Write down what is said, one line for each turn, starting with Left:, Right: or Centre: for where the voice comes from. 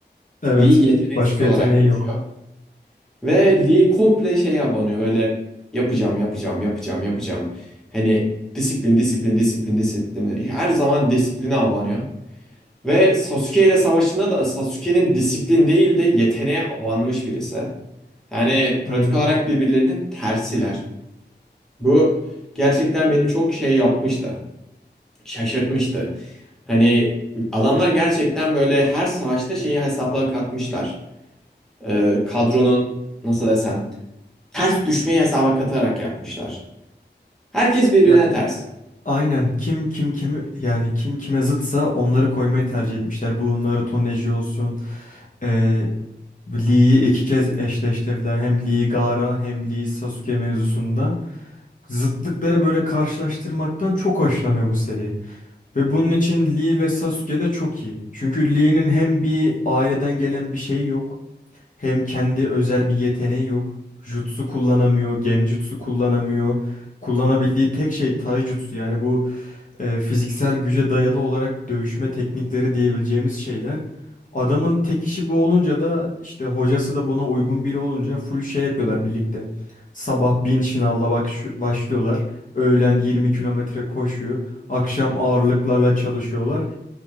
Left: Evet.
Centre: Lee yeteneksiz
Left: Başka
Centre: olarak
Left: yeteneği
Centre: geçiyor.
Left: yok.
Centre: Ve Lee komple şeye abanıyor böyle yapacağım yapacağım yapacağım yapacağım. Hani disiplin disiplin disiplin disiplin. Her zaman disipline abanıyor. Ve Sasuke ile savaşında da Sasuke'nin disiplin değil de yeteneğe abanmış birisi. Yani pratik
Left: Aynen.
Centre: olarak birbirlerinin tersiler. Bu gerçekten beni çok şey yapmıştı. Şaşırtmıştı. Hani adamlar gerçekten böyle her savaşta şeyi hesapla katmışlar. Ee, kadronun nasıl desem ters düşmeyi hesaba katarak yapmışlar. Herkes birbirine
Left: Ya
Centre: ters.
Left: aynen kim kim kimi yani kim kime zıtsa onları koymayı tercih etmişler. Bu Naruto Neji olsun. Ee, Lee'yi iki kez eşleştirdiler. Hem Lee Gaara hem Lee Sasuke mevzusunda. zıtlıkları böyle karşılaştırmaktan çok hoşlanıyor bu seri. Ve bunun için Lee ve Sasuke de çok iyi. Çünkü Lee'nin hem bir aileden gelen bir şey yok. Hem kendi özel bir yeteneği yok. Jutsu kullanamıyor, genjutsu kullanamıyor. Kullanabildiği tek şey taijutsu. Yani bu e, fiziksel güce dayalı olarak dövüşme teknikleri diyebileceğimiz şeyler. Adamın tek işi bu olunca da işte hocası da buna uygun biri olunca full şey yapıyorlar birlikte. Sabah 1000 şınavla bak başlıyorlar. Öğlen 20 kilometre koşuyor. Akşam ağırlıklarla çalışıyorlar